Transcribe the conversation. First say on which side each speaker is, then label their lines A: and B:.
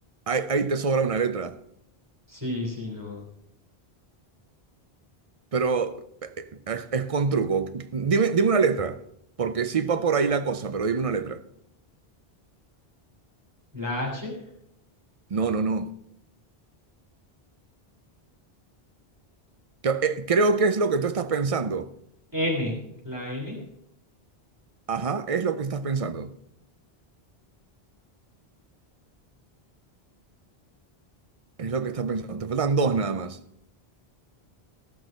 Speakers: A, on the right; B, on the right.
A: Ahí, ahí te sobra una letra,
B: Sí, sí, no.
A: pero eh, es, es con truco. Dime, dime una letra, porque sí va por ahí la cosa, pero dime una letra.
B: La H,
A: No, no, no. Cre- eh, Creo que es lo que tú estás pensando.
B: N, la N,
A: Ajá, es lo que estás pensando. Es lo que estás pensando. Te faltan dos nada más.